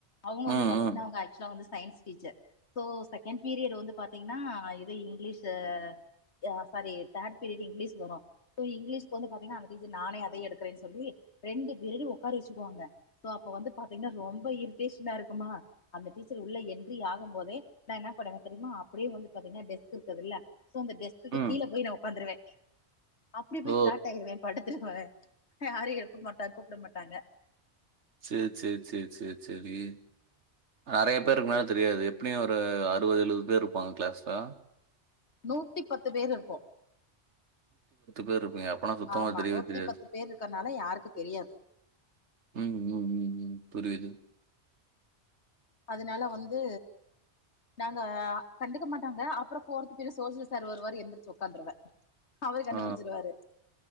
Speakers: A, on the left; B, on the right.
A: அவுங்க
B: ம்,
A: வந்து பாத்தீங்கன்னா
B: ம்,
A: அவுங்க ஆக்சுவலா வந்து science teacher so second period வந்து பாத் பாத்தீங்கன்னா இது இங்கிலீஷு அ சாரி தேட் பீரியட் இங்கிலீஸ் வரும் சோ இங்கிலீஷ்கு வந்து பாத்தீங்கன்னா அந்த டீச்சர் நானே அதையு எடுக்கறேன்னு சொல்லி ரெண்டு பீரியடும் ஓக்கார வச்சிக்குவாங்க சோ அப்ப வந்து பாத்தீங்கன்னா ரொம்ப இரிட்டேஷ்னா இருக்குமா அந்த டீச்சர் உள்ள என்ட்ரி ஆகு போதே நா என்ன பன்னுவ தெரியுமா அப்டியே வந்து பாத்தீங்கன்னா டெஸ்க் இருக்குதுல சோ அந்த டெஸ்க்கு
B: ம்.
A: கீழ போய் நான் ஒக்காந்துருவ அப்டியே
B: ஓ!
A: போய் ஃப்ளாட் ஆய்டுவே படுத்துருவ யாரும் எழுப்ப மாட்டா கூப்ட மாட்டாங்க
B: சேர் சேர் சேர் சேர் செரி நறைய பேர் இருக்குனால தெரியாது எப்டியும் ஒரு அறுபது எழுபது பேர் இருப்பாங்க கிளாஸ்ல
A: நூத்தி பத்து பேர் இருப்போம்
B: பேர் இருப்பீங்க. அப்பனா சுத்தமா
A: ஆமா
B: தெரியவே
A: நூத்தி
B: தெரியாது.
A: பத்து பேர் இருக்கனால யாருக்கு தெரியாது
B: ம் ம் ம் ம் புரிது
A: அதனால வந்து நாங்க கண்டுக்க மாட்டாங்க அப்றம் ஃபோர்து பீரியட் சோசியல சார் வருவாரு எந்திரச்சி ஒக்காந்துருவ அவரே கண்டுபுடிச்சிருவாரு
B: ஆ.